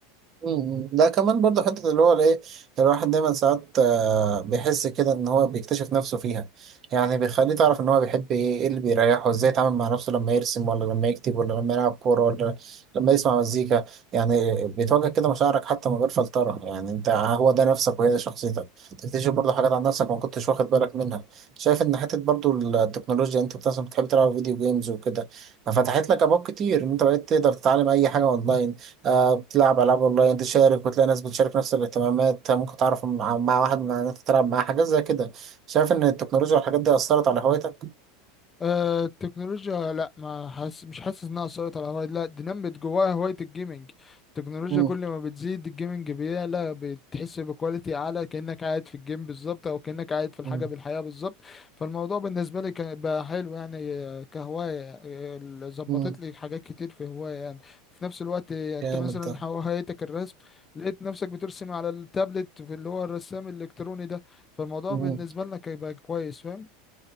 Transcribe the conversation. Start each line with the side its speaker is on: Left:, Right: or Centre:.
Right: مم. ده كمان برضه حتة اللي هو الايه الواحد دايما ساعات آه، بيحس كده ان هو بيكتشف نفسه فيها يعني بيخليه تعرف ان هو بيحب ايه ايه اللي بيريحه ازاي يتعامل مع نفسه لما يرسم ولا لما يكتب ولا لما يلعب كورة ولا لما يسمع مزيكا يعني بتواجه كده مشاعرك حتى من غير فلترة يعني انت آه، هو ده نفسك وهي ده شخصيتك تكتشف برضه حاجات عن نفسك ما كنتش واخد بالك منها شايف ان حتة برضه التكنولوجيا انت مثلا بتحب تلعب فيديو جيمز وكده ففتحت لك ابواب كتير ان انت بقيت تقدر تتعلم اي حاجة اونلاين آه، بتلعب ألعاب أونلاين تشارك وتلاقي ناس بتشارك نفس الاهتمامات آه، ممكن تعرف مع مع واحد من إن أنت تلعب معاه حاجات زي كده شايف إن التكنولوجيا والحاجات دي أثرت على هوايتك؟
Left: آه، التكنولوجيا لا ما حاسس مش حاسس انها اثرت على هوايتي لا دي نمت جواها هوايه الجيمنج التكنولوجيا
Right: مم،
Left: كل ما بتزيد الجيمنج بيعلى بتحس بكواليتي اعلى كانك قاعد في الجيم بالظبط او كانك قاعد في الحاجه
Right: مم،
Left: بالحياه بالظبط فالموضوع بالنسبه لي كان- بقى حلو يعني آه، كهوايه آه، ال- ظبطت
Right: مم.
Left: لي حاجات كتير في هوايه يعني في نفس الوقت آه، انت
Right: جامد
Left: مثلا
Right: ده
Left: هوايتك الرسم لقيت نفسك بترسم على التابلت في اللي هو الرسام الالكتروني ده فالموضوع
Right: مم،
Left: بالنسبه لنا كان بقى كويس فاهم